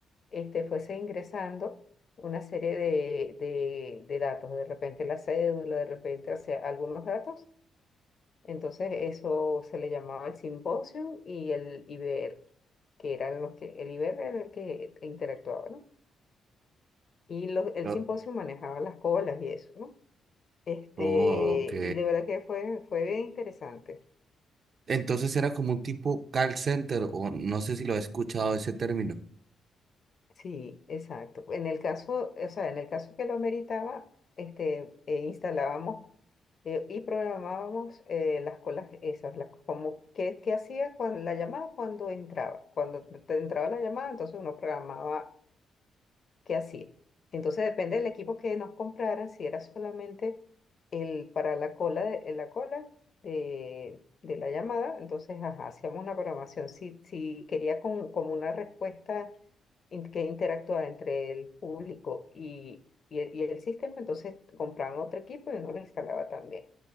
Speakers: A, on the left; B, on the right.
A: este, fuese ingresando una serie de, de, de datos, de repente la cédula, de repente, o sea, algunos datos. Entonces eso se le llamaba el simposio y el IBR, que eran los que, el IBR era el que interactuaba, ¿no? y lo- el
B: Oh,
A: simposio manejaba las colas y eso, ¿no? Este,
B: oh, ok.
A: y de verdad que fue, fue bien interesante.
B: Entonces era como un tipo call center, o no sé si lo he escuchado ese término.
A: Sí, exacto. En el caso, o sea, en el caso que lo ameritaba, este, eh, instalábamos eh, y programábamos eh, las colas esas, las, como qué, qué hacía cuando la llamada cuando entraba. Cuando te entraba la llamada, entonces uno programaba que hacía. Entonces depende del equipo que nos compraran, si era solamente el para la cola de, la cola de, de la llamada, entonces ajá, hacíamos una programación. Si, si quería con, como una respuesta in- que interactuara entre el público y, y, el, y el sistema, entonces compraban otro equipo y uno lo instalaba también.